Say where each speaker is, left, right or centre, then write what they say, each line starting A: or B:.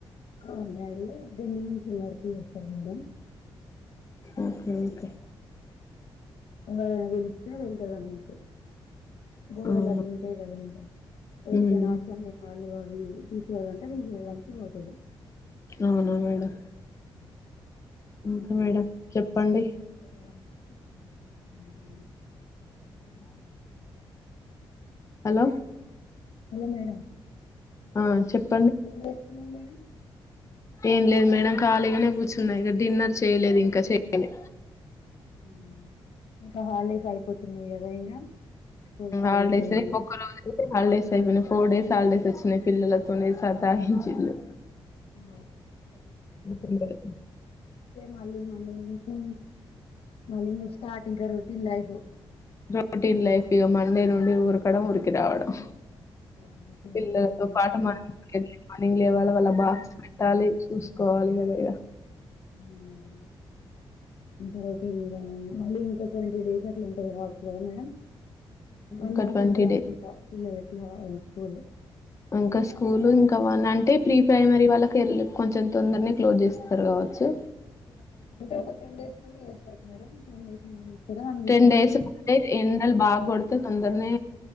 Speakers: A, on the left; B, on the left.
A: ఆ డాడీ ఎ డీల్ మిషన్ వర్క్ చేస్తాడ్ మేడం
B: ఓకే ఓకే
A: ఎవరినా పిలిస్తే వెళ్తా అన్నట్టు గోడలు
B: అవునా
A: అవి ఉంటయ్ గద మేడం ఎవ్రికైన
B: మ్మ్.
A: అవసరం లేని వాళ్ళు అవి తీసెయ్యాలంట తీసెయ్యడానికి బోతాడు.
B: ఔన మేడం ఇంక మేడం. చెప్పండి
A: <unintelligible>
B: <inaudible> హలో
A: హలో మేడం
B: ఆ చెప్
A: ఎం చేస్తున్నారు మేడం
B: ఏం లేదు మేడం ఖాళీగానే కూర్చున్నా ఇగ డిన్నర్ చేయలేదు ఇంకా చెయలి
A: ఉమ్ ఇంకా హాలిడేస్ అయిపోతున్నాయి గదా ఇగ స్కూల్ కి
B: హాలిడేస్
A: వెళ్ళలేమో
B: ఒక్క రోజు హాలిడేస్ అయిపోయి ఫోర్ డేస్ హాలిడేస్ వచ్చినాయి పిల్లల తోని సత్తాయించిండు
A: <unintelligible>
B: పిల్లలు
A: మళ్ళి మండే నుంచి మళ్ళంగ స్టార్ట్ ఇంక రొటీన్ లైఫ్
B: రొటీన్ లైఫ్ ఇక మండే నుండి ఊరకడం ఊరికి రావడం
A: ఆ రొటీన్
B: పిల్లలతో
A: ఇంకా
B: పాటు
A: టైం
B: మనం మార్నింగ్ లేవాలి వాళ్ళ బాక్స్ పెట్టాలి చూసుకోవాలి గాద
A: ఉండదు.
B: ఇగ
A: అవును మేడం ఇంకా రొటీన్ గ మళ్ళీ ఇంకా ట్వంటీ డేస్ అట్లా ఉంటది కావచ్చు కదా మేడం వన్
B: ఒక
A: మంత్
B: ట్వంటీ
A: ఉంటది
B: డే
A: అనుకుంటా పిల్లలకి ఆ స్కూల్
B: ఇంకా స్కూల్ ఇంకా వన్ అంటే ప్రీ ప్రైమరీ వాళ్ళకి ఎల్ కొంచెం తొందరనే క్లోజ్ చేస్తారు కావ చ్చు
A: అంటే ఒక టెన్ డేస్ ముందు చేస్తార మేడం టెన్ డేస్ ముందు చేస్తారా వన్ వీక్
B: టెన్ డేస్ ఉంటే ఎండల్ బా కొడతా అయితే తొందరనే